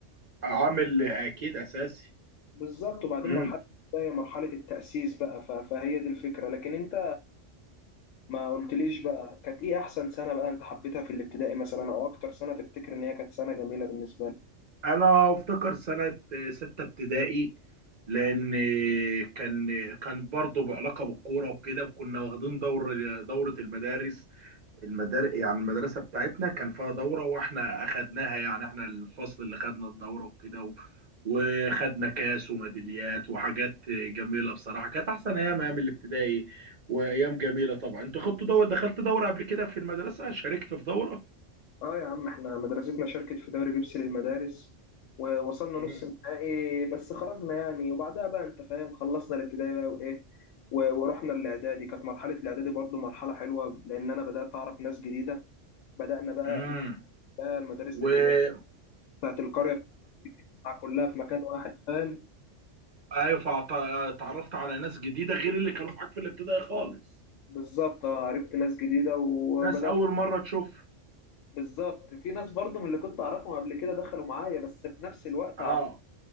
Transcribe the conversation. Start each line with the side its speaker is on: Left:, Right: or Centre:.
Right: عامل اكيد اساسي
Left: فبالظبط وبعدين
Right: امم
Left: مرحلة زي مرحلة التأسيس بقى ف... فهي دي الفكرة لكن انت ما قلتليش بقى كانت ايه احسن سنة بقى انت حبيتها في الابتدائي مثلا او اكتر سنة تفتكر ان هي كانت سنة جميلة بالنسبة لك
Right: انا افتكر سنه سته ابتدائي لان كان كان برضو بعلاقه بالكوره وكده وكنا واخدين دور دوره المدارس المدار يعني المدرسة بتاعتنا كان فيها دورة واحنا اخدناها يعني احنا الفصل اللي خدنا الدورة وكده و... وخدنا كاس وميداليات وحاجات جميلة بصراحة كانت احسن ايام ايام الابتدائي وايام جميلة طبعا انت خدت دورة دخلت دورة قبل كده في المدرسة شاركت في دورة
Left: اه يا عم احنا مدرستنا شاركت في دوري بيبسي للمدارس ووصلنا
Right: امم
Left: نص النهائي بس خرجنا يعني وبعدها بقى انت فاهم خلصنا الابتدائي بقى وايه و- ورحنا الاعدادي كانت مرحله الاعدادي برضو مرحله حلوه لان انا بدات اعرف ناس جديده بدانا بقى
Right: امم
Left: بقى المدارس
Right: واظن
Left: الابتدائيه بتاعت القريه بتاعها كلها في مكان واحد فاهم
Right: ايوه فأعت- اتعرفت على ناس جديدة غير اللي كانوا معاك في الابتدائي خالص
Left: بالظبط اه عرفت ناس جديده وبدات
Right: ناس اول مرة تشوف
Left: بالظبط في ناس برضو من اللي كنت اعرفهم قبل كده دخلوا معايا بس في نفس الوقت
Right: اه